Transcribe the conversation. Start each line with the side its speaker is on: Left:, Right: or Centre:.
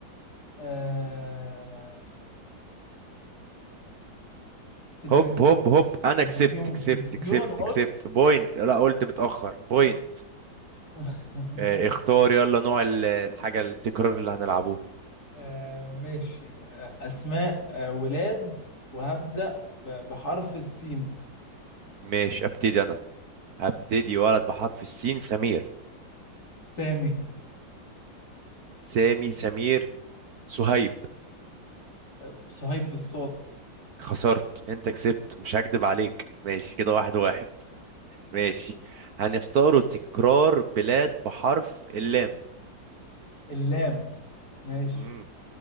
Left: آه، تلفزيون
Right: هوب هوب هوب انا
Left: تلفزيون
Right: كسبت كسبت
Left: تلفزيون
Right: كسبت كسبت بوينت لا قلت متأخر بوينت
Left: <laughs>
Right: آه... اختار يلا نوع ال- الحاجة التكرار اللي هنلعبوه
Left: آه ماشي آه أسماء آه ولاد وهبدأ ب- بحرف السين
Right: ماشي ابتدي انا هبتدي ولد بحرف السين سمير
Left: سامي
Right: سامي سمير سهيب
Left: آه صهيب بالصاد
Right: خسرت انت كسبت مش هكدب عليك ماشي كده واحد واحد ماشي هنختاروا تكرار بلاد بحرف اللام
Left: اللام ماشي
Right: مم.